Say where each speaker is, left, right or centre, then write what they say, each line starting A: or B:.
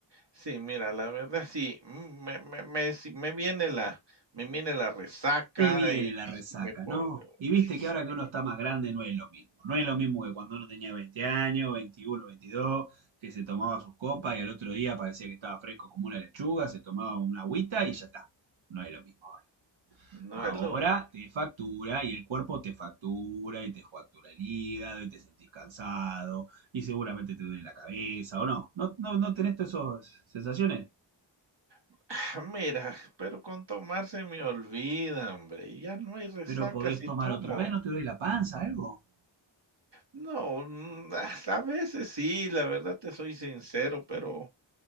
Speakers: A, on the right (about 60°); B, on the right (about 90°).
A: Sí, mira, la verdad sí, mm, me me me sí me viene la me viene la resaca
B: te viene
A: y
B: la
A: y
B: resaca,
A: sí me pongo
B: ¿no? Y viste
A: sí.
B: que ahora que uno está más grande no es lo mismo. No es lo mismo que cuando uno tenía 20 años, 21, 22, que se tomaba sus copas y al otro día parecía que estaba fresco como una lechuga, se tomaba una agüita y ya está. No es lo mismo ahora.
A: No
B: Ahora
A: es lo mi
B: te factura y el cuerpo te factura y te factura el hígado y te sentís cansado y seguramente te duele la cabeza o no. ¿No, no, no tenés todas esas sensaciones?
A: <sighs> mira, pero con tomar se me olvida, hombre, y ya no hay resaca
B: Pero podés
A: si
B: tomar
A: tomo.
B: otra vez, no te duele la panza, algo.
A: No, mm, <laughs> a veces sí, la verdad te soy sincero, pero,